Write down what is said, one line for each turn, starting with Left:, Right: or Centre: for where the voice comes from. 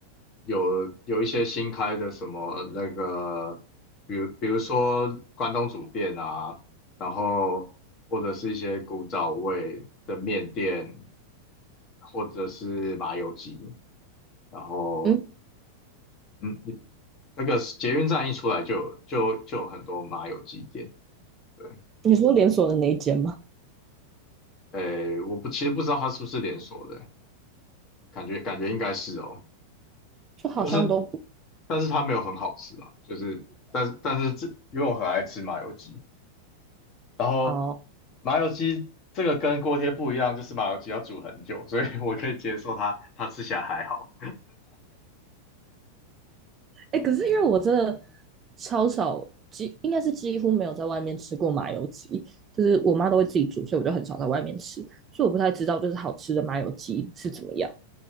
Left: 有有一些新开的什么那个，比如比如说关东煮店啊，然后或者是一些古早味的面店，或者是麻油鸡，然后
Right: 嗯，
Left: 嗯，你那个捷运站一出来就有就就有很多麻油鸡店，对，
Right: 你说连锁的那一间吗？
Left: 呃，我不其实不知道它是不是连锁的，感觉感觉应该是哦。
Right: 就好像都不，
Left: 但是但是它没有很好吃啊，就是但是但是这因为我很爱吃麻油鸡，然后
Right: 哦，
Left: 麻油鸡这个跟锅贴不一样，就是麻油鸡要煮很久，所以我可以接受它它吃起来还好。
Right: 哎，欸可是因为我真的超少，几应该是几乎没有在外面吃过麻油鸡，就是我妈都会自己煮，所以我就很少在外面吃，所以我不太知道就是好吃的麻油鸡是怎么样。